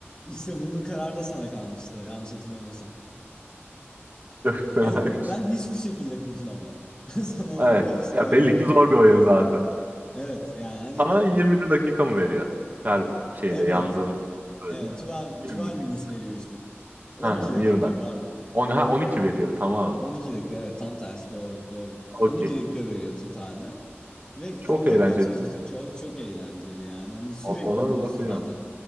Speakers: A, on the left; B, on the right.
A: İşte bunun kararı da sana kalmıştı yanlış hatırlamıyorsam.
B: <laughs> Çok fenaymış.
A: Yani ben hiçbir şekilde kurtulamadım. <laughs> Sana onu
B: Evet.
A: öyle söyleyebilirim.
B: Ya belli ki zor bir oyun zaten.
A: Evet yani hani
B: Sana 21 dakika mı veriyor? Her şeyde
A: evet
B: yandığın öldün.
A: evet 12,
B: 21
A: 12
B: dakika.
A: minutes veriyor işte. 12
B: Ha,
A: dakika
B: 20 dakika.
A: pardon.
B: On, ha, 12 veriyor tamam.
A: 12 dakika evet tam tersi doğru doğru.
B: Okey.
A: 12 dakika veriyor totalde. Ve
B: Çok
A: oradan
B: eğlenceli.
A: kaç
B: bir oyun.
A: Çok çok eğlenceli yani. Hani sürekli
B: O- Ona
A: oynuyorsun
B: bakacağım.
A: zaten.